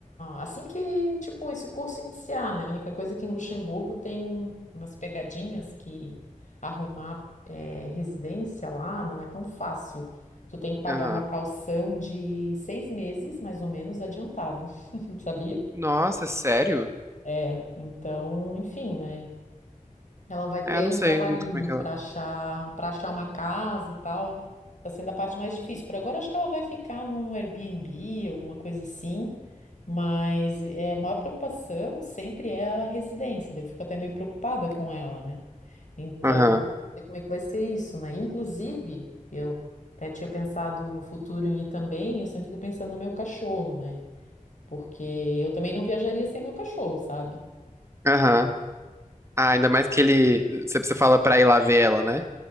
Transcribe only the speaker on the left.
assim que, tipo, esse curso iniciar, né? A única coisa é que em Luxemburgo tem umas pegadinhas que arrumar, eh, residência lá não é tão fácil. Tu tem que pagar
uma calção de seis meses, mais ou menos, adiantado, <laughs> sabia?
É, então, enfim, né? Ela vai ter
um
trabalhinho
para achar, para achar uma casa e tal. Tá sendo a parte mais difícil. Por agora, acho que ela vai ficar num Airbnb, alguma coisa assim. Mas é, a maior preocupação sempre é a residência. daí Eu fico até meio preocupada com ela, né? Então,
não sei como é que vai ser isso, né? Inclusive, eu até tinha pensado no futuro em ir também. Eu sempre fico pensando no meu cachorro, né? Porque eu também não viajaria sem meu cachorro, sabe?